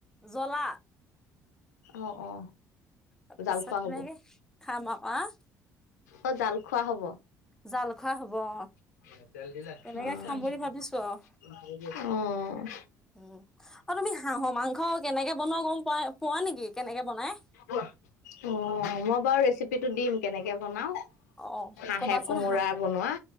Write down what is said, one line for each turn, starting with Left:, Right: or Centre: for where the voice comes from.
Centre: জলা।
Left: অ, অ,
Centre: তাৰ
Left: জাল
Centre: পিছত
Left: খোৱা
Centre: কেনেকে
Left: হ'ব
Centre: খাম আৰু আ
Left: অ, জাল খোৱা হ'ব।
Centre: জাল খোৱা হ'ব অ,
Left: অ,
Centre: তেনেকে খাম বুলি ভাবিছো
Left: অ,
Centre: আৰু উম, আৰু তুমি হাঁহৰ মাংস কেনেকে বনোৱা গম প, পোৱা নেকি কেনেকে বনাই।
Left: অ, মই বাৰু ৰেচিপি টো দিম কেনেকে বনাঁও।
Centre: অ
Left: হাঁহে
Centre: কবাচোন
Left: কোমোৰা
Centre: হাঁহ
Left: বনোৱা।